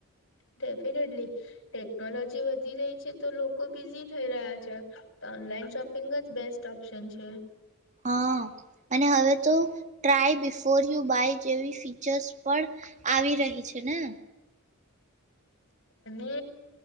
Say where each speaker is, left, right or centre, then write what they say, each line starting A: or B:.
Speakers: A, on the left (about 55°); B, on the right (about 35°).
A: ડેફિનેટલી ટેકનોલોજી વધી રહી છે તો લોકો બિઝી થઈ રહ્યા છે તો ઓનલાઈન શોપિંગ જ બેસ્ટ ઓપ્શન છે
B: હા અને હવે તો ટ્રાય બિફોર યુ બાય જેવી ફીચર્સ પણ આવી રહી છે ને
A: અને